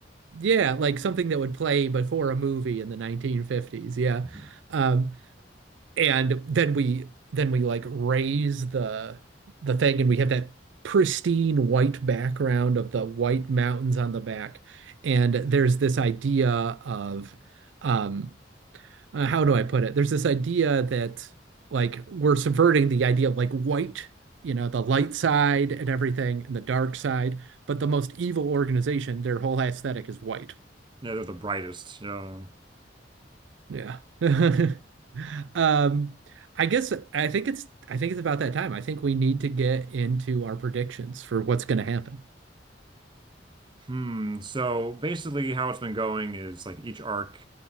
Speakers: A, on the right; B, on the right.
A: Yeah, like something that would play before a movie in the 1950s. Yeah.
B: <laughs>
A: Um, and then we then we like raise the the thing and we have that pristine white background of the white mountains on the back. And there's this idea of um uh, how do I put it? There's this idea that like we're subverting the idea of like white, you know, the light side and everything and the dark side, but the most evil organization, their whole aesthetic is white.
B: Yeah, they're the brightest. Yeah.
A: Yeah. <laughs> Um, I guess I think it's I think it's about that time. I think we need to get into our predictions for what's going to happen.
B: Hmm. So basically, how it's been going is like each arc,